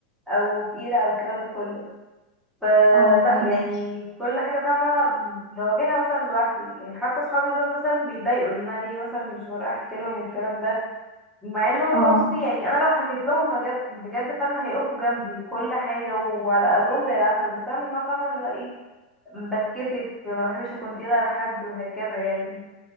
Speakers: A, in the centre; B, on the right.
A: او تقيله او الكلام ده كله فلا
B: اه فهماكي
A: يعني كل حاجة فاهمة بواجهها مثلا لوحدي يعني حتى صحابي دول مثلا بيتضايقوا ان انا ليه مثلا مش بروح احكي لهم الكلام ده مع ان هم
B: اه
A: بصي يعني انا لو حكيت لهم بجد بجد فعلا هيقفوا جنبي وكل حاجة وعلى قلبهم زي العسل بس انا من النوع فاهمة اللي هو ايه بتكسف ما بحبش اكون تقيلة على حد وهكذا يعني